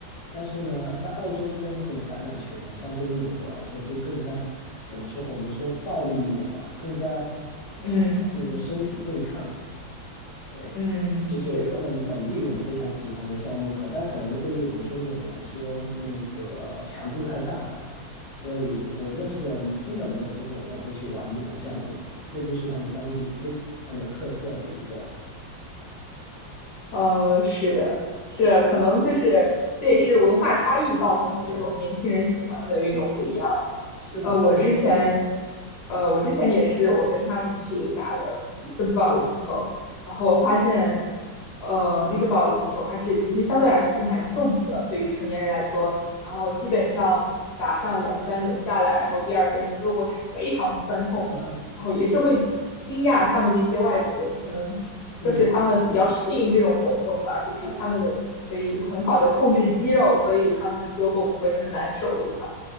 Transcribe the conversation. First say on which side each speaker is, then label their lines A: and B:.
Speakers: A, on the left (about 30°); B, on the left (about 65°).
A: 但是呢，在澳洲这边，他们的橄榄球呢，相对于美国来说，就更加怎么说，我们说暴力一点吧，更加
B: 嗯
A: 强调那个身体对抗，对，
B: 嗯，是的。
A: 这就是他们本地人非常喜欢的项目，可但可能对于我们中国人来说，那个强度太大了，所以我认识的基本没有中国人会去玩这种项目，这就是他们当地非常非常有特色的一个。
B: 呃，是的，是，可能就是这也是文化差异造成的，
A: 是
B: 这种年轻人喜欢的运动不一样。
A: 是的，
B: 呃，
A: 是的，
B: 我之前，呃，我之前也是，我跟他们去打了几次保龄球，然后发现，呃，那个保龄球还是其实相对来说是蛮重的，对于成年人来说，然后基本上打上两三轮下来，然后第二天胳膊是非常酸痛的，
A: 啊，
B: 然后也是会惊讶他们那些外国人可能。就是他们比较适应这种活动吧，
A: 嗯
B: 就是他们的可以很好的控制肌肉，
A: 啊。
B: 所以他们的胳膊不会那么难受。我想，